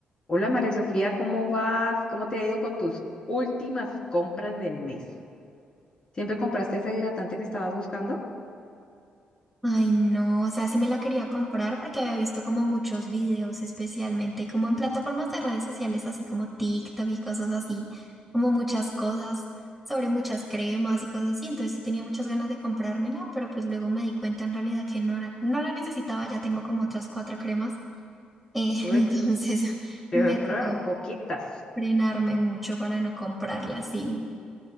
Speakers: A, on the left; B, in the centre.
A: Hola María Sofía, ¿cómo vas? ¿Cómo te ha ido con tus últimas compras del mes? ¿Siempre compraste ese hidratante que estabas buscando?
B: Ay, no, o sea, sí me la quería comprar porque había visto como muchos videos, especialmente como en plataformas de redes sociales, así como TikTok y cosas así, como muchas cosas sobre muchas cremas y cosas así. Entonces sí tenía muchas ganas de comprármela, pero pues luego me di cuenta en realidad que no era, no la necesitaba, ya tengo como otras cuatro cremas. eh,
A: Uy,
B: <laughs> entonces
A: qué
B: me
A: horror,
B: tocó
A: poquitas.
B: frenarme mucho para no comprarla, sí.